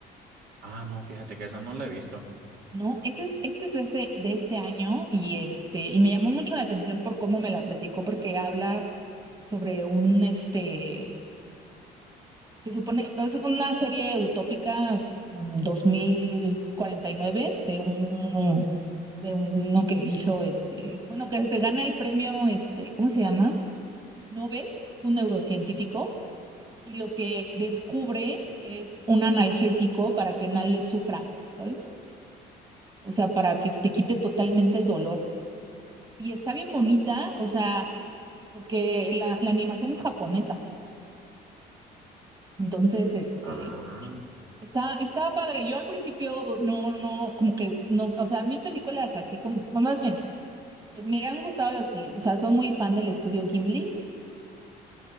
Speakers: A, on the right; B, on the right.
A: Ah, no, fíjate que esa no la he visto.
B: ¿no? Ese es, este es de, ese- de este año y, este, y me llamó mucho la atención por cómo me la platicó porque habla sobre un, este, Se supone, es una serie utópica en 2049 de un, de uno que hizo este, bueno, que se gana el premio, este, ¿cómo se llama? Nobel, es un neurocientífico, y lo que descubre es un analgésico para que nadie sufra, ¿sabes? O sea, para que te quite totalmente el dolor. Y está bien bonita, o sea, porque la, la animación es japonesa. Entonces, este,
A: Ah,
B: Está, está padre. Yo al principio no, no, como que no, o sea, mi película es así como, más bien, me han gustado las películas, o sea, soy muy fan del estudio Ghibli